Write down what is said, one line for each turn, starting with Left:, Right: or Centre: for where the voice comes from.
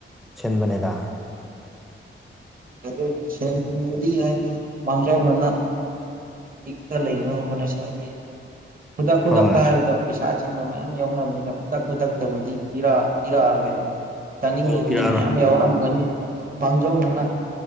Centre: ꯁꯤꯟꯕꯅꯦꯗ
Right: ꯑꯗꯨ ꯁꯦꯟ ꯊꯨꯝꯕꯨꯗꯤ ꯍꯥꯏꯗꯤ ꯃꯥꯡꯖꯧꯅꯅ ꯐꯤꯛꯁꯇꯥ ꯂꯩꯅꯕ ꯍꯣꯅꯥꯁꯦ ꯍꯥꯏꯗꯤ ꯈꯨꯗꯛ ꯈꯨꯗꯛꯇ
Centre: ꯍꯣꯏ
Right: ꯍꯥꯏꯕꯗ ꯄꯩꯁꯥ ꯑꯆꯤꯟꯕ ꯃꯌꯥꯝ ꯌꯥꯎꯅꯕꯅꯤꯅ ꯈꯨꯗꯛ ꯈꯨꯗꯛꯇꯕꯨꯗꯤ ꯄꯤꯔꯛ ꯄꯤꯔꯛꯑꯔꯣꯏꯕ ꯇꯥꯅꯤꯡꯕꯕꯨꯗꯤ
Centre: ꯑꯧ ꯄꯤꯔꯛꯑꯔꯣꯏ
Right: ꯃꯌꯥꯝ ꯌꯥꯎꯔꯝꯒꯅꯤ ꯑꯗꯨ ꯃꯥꯡꯖꯧꯅꯅ